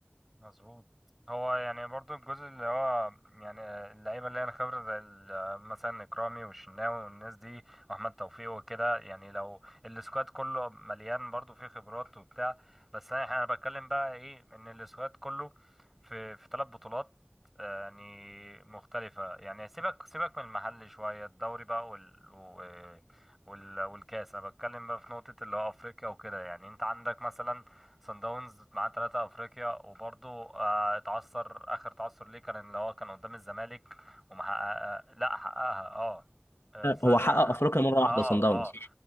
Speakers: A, in the centre; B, on the left.
A: مظبوط هو يعني برضو الجزء اللي هو يعني اللعيبه اللي هي الخبره زي ال- آه، مثلا اكرامي والشناوي والناس دي واحمد توفيق وكده يعني لو السكواد كله مليان برضو فيه خبرات وبتاع بس انا انا بتكلم بقى ايه ان السكواد كله في في ثلاث بطولات آه، يعني مختلفه يعني سيبك سيبك من المحل شويه الدوري بقى وال و- وال والكاس انا بتكلم بقى في نقطه اللي هو افريقيا وكده يعني انت عندك مثلا صن داونز معاه ثلاثة افريقيا وبرضه آه اتعثر اخر تعثر ليه كان اللي هو كان قدام الزمالك ومحققها لا حققها اه آه، ثانية
B: هو حقق
A: اه
B: افريقيا مره
A: اه
B: واحده صن داونز
A: آه،